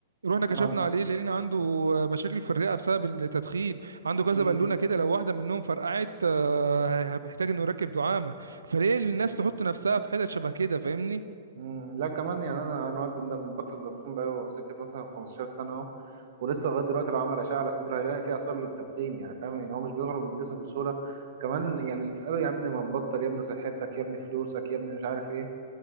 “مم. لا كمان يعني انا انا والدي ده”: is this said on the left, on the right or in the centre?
Right